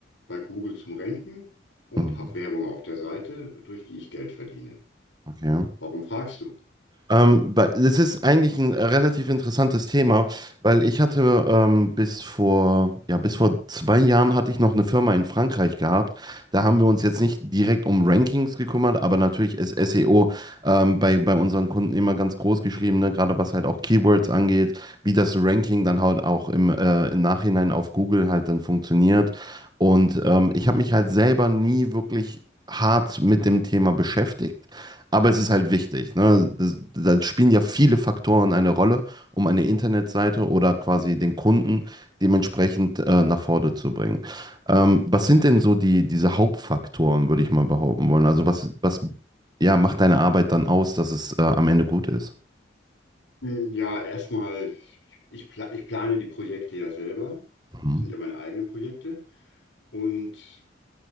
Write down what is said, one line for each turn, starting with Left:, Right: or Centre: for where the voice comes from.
Left: bei Google zum Ranken und
Right: Mhm.
Left: habe Werbung auf der Seite, durch die ich Geld verdiene.
Right: Okay.
Left: Warum fragst du?
Right: Ähm, bei- das ist eigentlich ein relativ interessantes Thema, weil ich hatte ähm, bis vor, ja, bis vor zwei Jahren hatte ich noch eine Firma in Frankreich gehabt. Da haben wir uns jetzt nicht direkt um Rankings
Left: Hm,
Right: gekümmert, aber natürlich ist SEO ähm, bei, bei unseren Kunden immer ganz groß geschrieben, ne? Gerade was halt auch Keywords angeht, wie das Ranking dann halt auch im, äh, im Nachhinein auf Google halt dann funktioniert. Und ähm, ich habe mich halt selber nie wirklich hart mit dem Thema beschäftigt.
Left: hm.
Right: Aber es ist halt wichtig. Ne? Das, da spielen ja viele Faktoren eine Rolle, um eine Internetseite oder quasi den Kunden dementsprechend äh, nach vorne zu bringen. Ähm, was sind denn so die, diese Hauptfaktoren, würde ich mal behaupten wollen? Also was, was ja, macht deine Arbeit dann aus, dass es äh, am Ende gut ist?
Left: Hm, Ja, erstmal, ich, pla ich plane die Projekte ja selber.
Right: Mhm.
Left: Das sind ja meine eigenen Projekte. Und